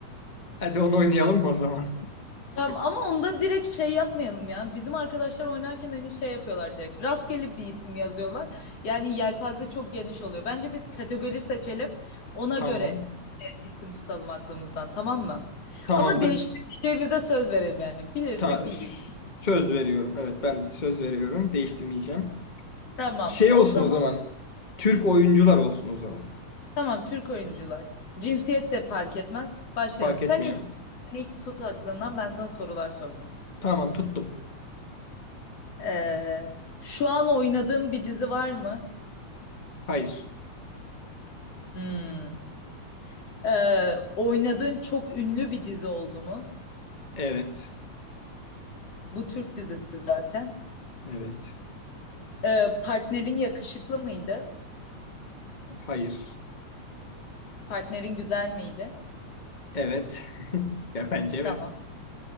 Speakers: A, on the left (about 20°); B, on the left (about 50°).
A: Hadi onu oynayalım mı o zaman?
B: Ya ama onda direkt şey yapmayalım ya. Bizim arkadaşlar oynarken hani şey yapıyorlar direkt. Rastgele bir isim yazıyorlar. Yani yelpaze çok geniş oluyor. Bence biz kategori seçelim. Ona
A: <laughs> Tamam.
B: göre isim tutalım aklımızdan tamam mı?
A: Tamamdır.
B: Ama değiştireceğimize söz verelim yani. Bilirsek
A: Ta-
B: bildik.
A: söz veriyorum. Evet ben de söz veriyorum. Değiştirmeyeceğim.
B: Tamam.
A: Şey
B: O
A: olsun
B: zaman
A: o zaman. Türk oyuncular olsun o zaman.
B: tamam Türk oyuncular. Cinsiyet de fark etmez. Başlayalım.
A: Fark
B: Sen
A: etmiyor.
B: ilk, sen ilk tut aklından ben sana sorular soracağım.
A: Tamam tuttum.
B: Ee, şu an oynadığım bir dizi var mı?
A: Hayır.
B: Hmm. Ee, oynadığın çok ünlü bir dizi oldu mu?
A: Evet.
B: Bu Türk dizisi zaten.
A: Evet.
B: Ee, partnerin yakışıklı mıydı?
A: Hayır.
B: Partnerin güzel miydi?
A: Evet. <laughs> Ya bence evet.
B: Tamam.